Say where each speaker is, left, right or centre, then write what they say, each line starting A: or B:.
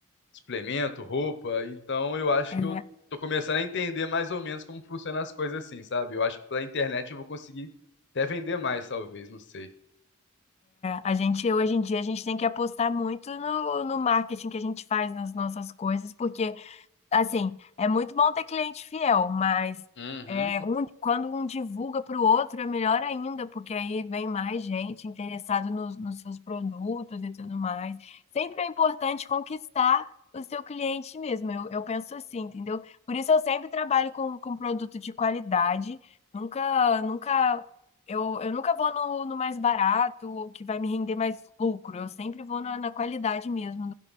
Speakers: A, on the left; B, on the left.
A: suplemento, roupa. Então eu acho
B: É,
A: que eu tô começando a entender mais ou menos como funcionam as coisas assim, sabe? Eu acho que pela internet eu vou conseguir até vender mais, talvez, não sei.
B: A gente, hoje em dia, a gente tem que apostar muito no, no marketing que a gente faz nas nossas coisas, porque assim, é muito bom ter cliente fiel, mas
A: Uhum,
B: é, um- quando um divulga para o outro é melhor ainda, porque aí vem mais gente interessada nos, nos seus produtos e tudo mais. Sempre é importante conquistar o seu cliente mesmo, eu, eu penso assim, entendeu? Por isso eu sempre trabalho com, com produto de qualidade, nunca, nunca, eu, eu nunca vou no, no mais barato, o que vai me render mais lucro, eu sempre vou na, na qualidade mesmo